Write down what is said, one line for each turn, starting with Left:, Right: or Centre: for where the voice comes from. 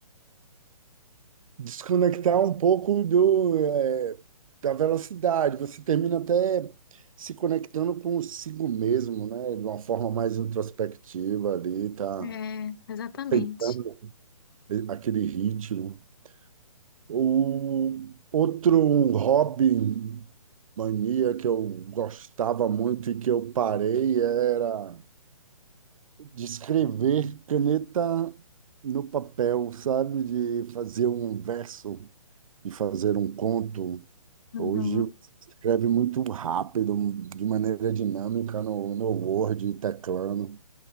Right: desconectar um pouco do, eh, da velocidade. Você termina até se conectando consigo mesmo, né? De uma forma mais introspectiva ali, tá
Left: É, exatamente.
Right: aceitando aquele ritmo. O outro um hobby, mania que eu gostava muito e que eu parei era de escrever caneta no papel, sabe? De fazer um verso, de fazer um conto
Left: Uhum.
Right: Hoje você escreve muito rápido, de maneira dinâmica no, no Word, teclando,